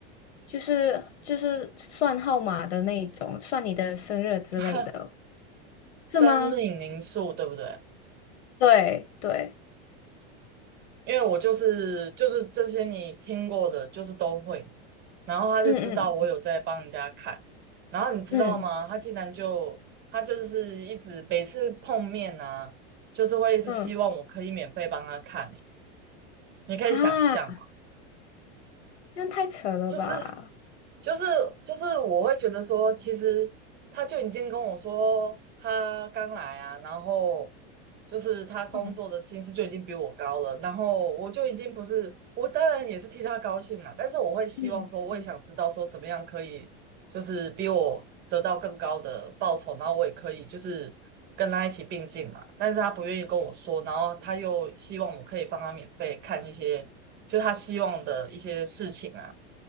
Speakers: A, on the left; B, on the right.
A: 就是就是算号码的那一种，算你的生日之类的，
B: <laughs>
A: 是吗？
B: 生命灵数，对不对？
A: 对对，
B: 因为我就是就是这些你听过的，就是都会。然后他就知道我有在帮人家看，
A: 嗯嗯
B: 然后你知道吗？
A: 嗯
B: 他竟然就他就是一直每次碰面啊，就是会一直希望我可以免费帮他看、
A: 嗯，
B: 欸。你可以想象，
A: 啊，这样太扯了吧？
B: 就是就是就是我会觉得说，其实他就已经跟我说他刚来啊，然后就是他工作的薪资就已经比我高了，
A: 嗯
B: 然后我就已经不是，我当然也是替他高兴了，但是我会希望说，
A: 嗯
B: 我也想知道说怎么样可以就是比我得到更高的报酬，然后我也可以就是跟他一起并进嘛，但是他不愿意跟我说，然后他又希望我可以帮他免费看一些，就是他希望的一些事情啊。